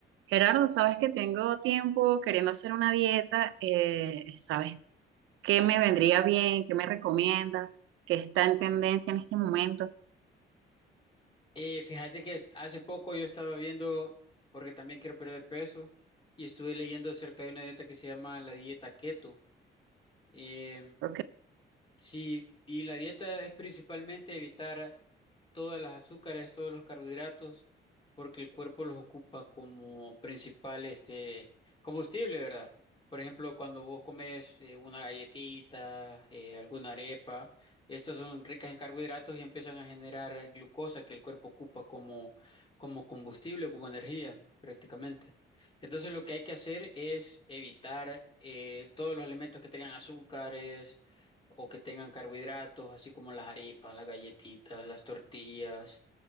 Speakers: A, on the right; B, on the left.
A: Gerardo, sabes que tengo tiempo queriendo hacer una dieta, eh, ¿sabes qué me vendría bien? ¿Qué me recomiendas? ¿Qué está en tendencia en este momento?
B: Eh, fíjate que hace poco yo estaba viendo, porque también quiero perder peso, y estuve leyendo acerca de una dieta que se llama la dieta keto. Em,
A: Porque
B: sí, y la dieta es principalmente evitar todas las azúcares, todos los carbohidratos, porque el cuerpo los ocupa como principal este combustible, ¿verdad? Por ejemplo, cuando vos comes eh, una galletita, eh, alguna arepa, estas son ricas en carbohidratos y empiezan a generar glucosa que el cuerpo ocupa como, como combustible, como energía, prácticamente. Entonces, lo que hay que hacer es evitar eh, todos los alimentos que tengan azúcares o que tengan carbohidratos, así como las arepas, las galletitas, las tortillas,